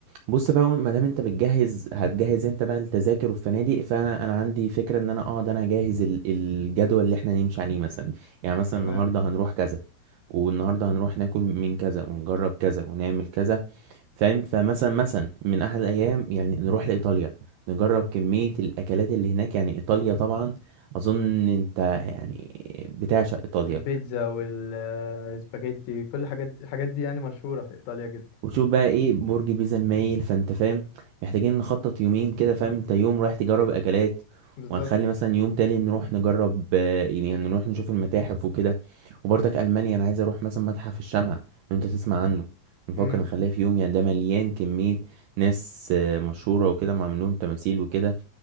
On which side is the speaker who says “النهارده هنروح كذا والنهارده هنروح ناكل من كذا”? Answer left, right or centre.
Right